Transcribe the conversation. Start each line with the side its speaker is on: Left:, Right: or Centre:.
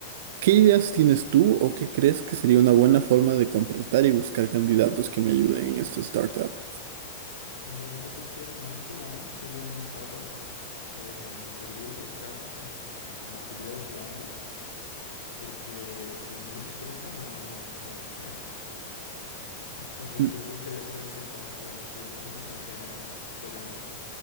Right: ¿Qué ideas tienes tú o qué crees que sería una buena forma de contratar y buscar candidatos que me ayuden en esta startup?
Left: Bueno, yo creo que más que nada, siendo una startup, eh, deberías buscar mm, como habilidades blandas, porque pues mucha experiencia no, no, no van a tener. Entonces
Right: Mm,
Left: yo buscaría, por ejemplo, el trabajo en equipo, ¿no? Que sea, que se puedan